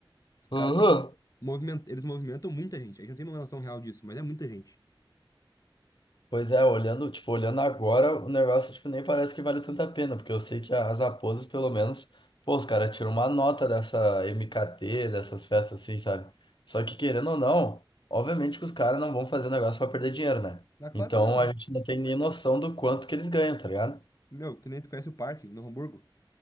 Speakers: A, on the left; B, on the left.
A: Os caras
B: Aham.
A: tão- moviment... eles movimentam muita gente. A gente não tem uma noção real disso, mas é muita gente.
B: Pois é, olhando, tipo, olhando agora, o negócio, tipo, nem parece que vale tanta pena, porque eu sei que as raposas, pelo menos, pô, os caras tiram uma nota dessa MKT, dessas festas assim, sabe? Só que querendo ou não, obviamente que os caras não vão fazer um negócio pra perder dinheiro, né?
A: Ah, claro
B: Então
A: que não, né?
B: a gente não tem nem noção do quanto que eles ganham, tá ligado?
A: Meu, que nem tu conhece o parque no Hamburgo.